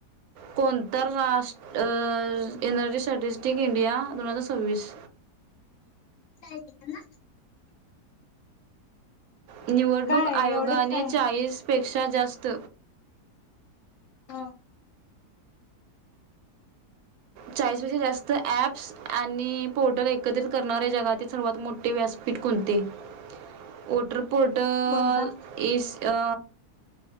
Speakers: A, on the right (about 70°); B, on the left (about 65°).
A: कोणतर राष्ट अ एनर्जी स्टॅटिस्टिक इंडिया दोन हजार सव्वीस.
B: हाय ना?
A: निवडणूक
B: काय
A: आयोगाने
B: एवढंच काय
A: चाळीसपेक्षा जास्त
B: आं.
A: चाळीसपेक्षा जास्त ऍप्स आणि पोर्टल एकत्रित करणारे जगातील सर्वात मोठे व्यासपीठ कोणते? वॉटर पोर्टल
B: कोणता
A: एस अ